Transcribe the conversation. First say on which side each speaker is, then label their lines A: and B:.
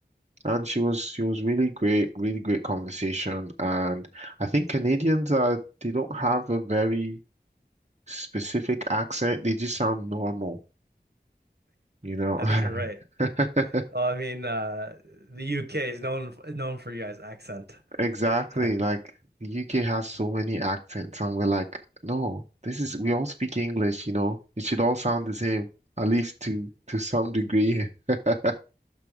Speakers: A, on the right (about 40°); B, on the right (about 70°).
A: And she was she was really great, really great conversation. And I think Canadians are they don't have a very specific accent, they just sound normal, you know?
B: I think you're right.
A: <laughs>
B: Well, I mean, uh the UK is known known for you guys' accent.
A: Exactly.
B: Definitely.
A: Like the UK has so many accents, and we're like, no, this is we all speak English, you know. It should all sound the same, at least to to some degree. <laughs>